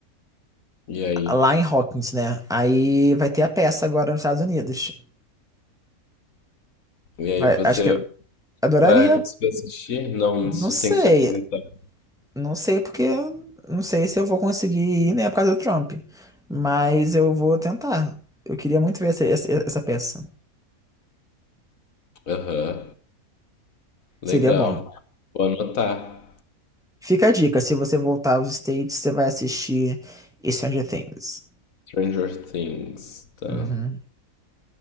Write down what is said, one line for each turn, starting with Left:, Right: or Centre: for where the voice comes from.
Left: E aí?
Centre: lá em Hawkins, né? Aí vai ter a peça agora nos Estados Unidos.
Left: E aí
Centre: Vai-
Left: você
Centre: acho que eu adoraria.
Left: vai conseguir assistir? Não,
Centre: Não
Left: isso
Centre: sei.
Left: tem que ser presencialmente.
Centre: Não sei porque não sei se eu vou conseguir ir, né, por causa do Trump. Mas eu vou tentar. Eu queria muito ver essa, essa, essa peça.
Left: Aham, legal.
Centre: Seria bom.
Left: Vou anotar.
Centre: Fica a dica, se você voltar aos States, você vai assistir Stranger Things.
Left: Stranger Things, tá.
Centre: Uhum.